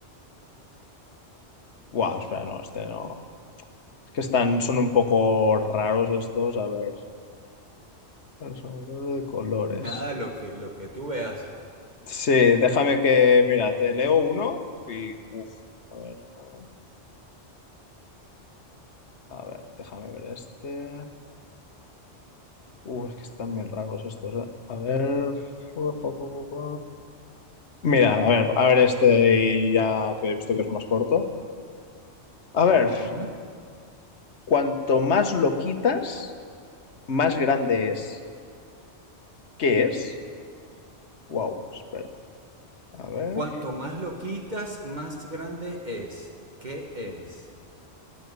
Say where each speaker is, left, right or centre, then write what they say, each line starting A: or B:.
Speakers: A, on the left (about 70°); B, on the right (about 40°).
A: Wow, espera, no, este no. que están, son un poco raros estos. A ver, son de colores.
B: Nada, lo que, lo que tú veas.
A: Sí, déjame que, mira, te leo uno y, uff, a ver, um, a ver, déjame ver este. Uf, es que están bien raros estos, eh. A ver. pu, pu, pu, pu. pu. Mira, a ver, a ver este y ya que he visto que es más corto. A ver,
B: Ujú.
A: cuanto más lo quitas, más grande es. ¿Qué es? Wow, espera. A ver.
B: Cuanto más lo quitas, más grande es. ¿Qué es?